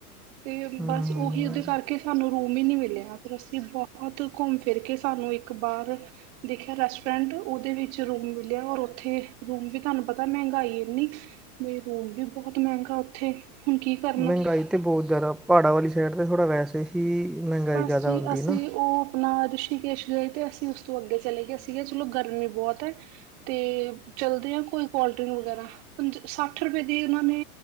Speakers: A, on the right; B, in the centre.
A: ਤੇ
B: ਹੂੰ
A: ਬਸ ਉਹੀ ਉਹਦੇ ਕਰਕੇ ਸਾਨੂੰ ਰੂਮ ਹੀ ਨਹੀਂ ਮਿਲਿਆ ਫੇਰ ਅਸੀਂ ਬਹੁਤ ਘੁੰਮ ਫੇਰ ਕੇ ਸਾਨੂੰ ਇੱਕ ਬਾਰ ਦੇਖਿਆ ਰੈਸਟੋਰੈਂਟ ਉਹਦੇ ਵਿੱਚ ਰੂਮ ਲਿਆ ਓਰ ਉੱਥੇ ਰੂਮ ਵੀ ਤੁਹਾਨੂੰ ਪਤਾ ਮਹਿੰਗਾਈ ਇੰਨੀ ਮੈ ਰੂਮ ਵੀ ਬਹੁਤ ਮਹਿੰਗਾ ਉੱਥੇ। ਹੁਣ ਕੀ ਕਰਨਾ
B: ਮਹਿੰਗਾਈ ਤਾਂ ਬਹੁਤ ਜ਼ਿਆਦਾ ਪਹਾੜਾਂ ਵਾਲੀ ਸਾਈਡ ਤਾਂ ਥੋੜ੍ਹਾ ਵੈਸੇ ਹੀ ਕਿ ਮਹਿੰਗਾਈ
A: ਬਸ
B: ਜ਼ਿਆਦਾ
A: ਜੀ
B: ਹੁੰਦੀ
A: ਅਸੀਂ
B: ਨਾ।
A: ਉਹ ਆਪਣਾ ਰਿਸ਼ੀਕੇਸ਼ ਗਏ ਤੇ ਅਸੀਂ ਉਸ ਤੋਂ ਅੱਗੇ ਚਲੇ ਗਏ ਅਸੀ ਕਿਯਾ ਚਲੋ ਗਰਮੀ ਬਹੁਤ ਹੈ। ਤੇ ਚਲਦੇ ਆ ਕੋਈ ਕੋਲਡ ਡਰਿੰਕ ਵਗੈਰਾ ਪੰਜ ਸੱਠ ਰੁਪਏ ਦੀ ਇਹਨਾਂ ਨੇ